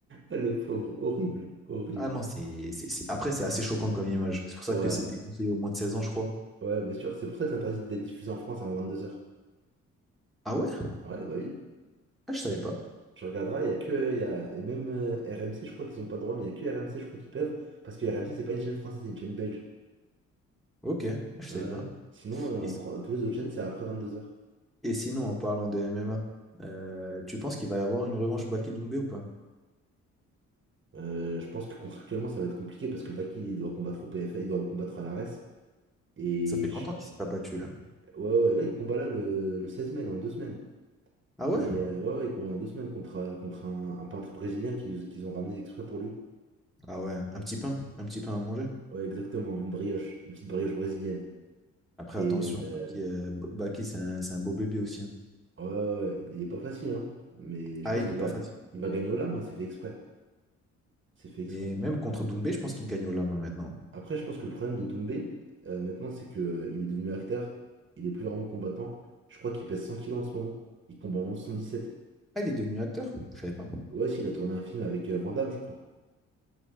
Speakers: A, on the right; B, in the centre.
A: Le pauvre. Horrible. Horrible.
B: Ah non, c'est, c'est- c'est- après, c'est assez choquant comme image. C'est pour ça
A: Ouais.
B: que c'est déconseillé au moins de 16 ans, je crois.
A: Ouais, bien sûr. C'est pour ça que c'est interdit d'être diffusé en France avant vingt-deux heures.
B: Ah ouais?
A: Ah Ouais, bah oui.
B: Ah, je savais
A: Je,
B: pas.
A: je regarderai. Il y a que. il Y a, et même euh, RMC, je crois qu'ils n'ont pas le droit, mais il y a que RMC, je crois qu'ils peuvent. Parce que RMC, c'est pas une chaîne française, c'est une chaîne belge.
B: Ok, je
A: Ouais.
B: savais
A: ouais.
B: pas.
A: Sinon, euh,
B: Et
A: en Fran- tous les autres chaînes, c'est après 22h.
B: Et sinon, en parlant de MMA, euh, tu penses qu'il va y avoir une revanche Baki Doumbé ou pas?
A: je pense que contractuellement, ça va être compliqué parce que Baki, il doit combattre au PFA, il doit combattre à l'ARES. Et
B: Ça fait longtemps
A: je-
B: qu'il s'est pas battu là.
A: ouais, ouais, là, il combat là le, le 16 mai, dans deux semaines.
B: Ah ouais?
A: Et euh, ouais, ouais, il combat dans deux semaines contre, euh, contre un, un peintre brésilien qu'ils qu'ils ont ramené exprès pour lui.
B: Ah ouais, un petit pain, un petit pain à manger.
A: Ouais, exactement, une brioche, une petite brioche brésilienne.
B: Après,
A: Et
B: attention,
A: euh,
B: Baki, euh, B- Baki, c'est un, c'est un beau bébé aussi. hein.
A: ouais, ouais, ouais, il est pas facile, hein. Mais je
B: Ah,
A: pense
B: il
A: qu'il
B: est pas
A: va,
B: facile.
A: il va gagner au lame, hein, c'est fait exprès. C'est fait exprès.
B: Et même contre Doumbé, je pense qu'il gagne au lama maintenant.
A: Après, je pense que le problème de Doumbé, euh, maintenant, c'est que, euh, il est devenu acteur. Il est plus vraiment combattant. Je crois qu'il pèse 100 kilos en ce moment. Il combat en 177.
B: Ah, il est devenu acteur? Je savais pas.
A: Ouais, si, il a tourné un film avec euh, Van Damme, je crois.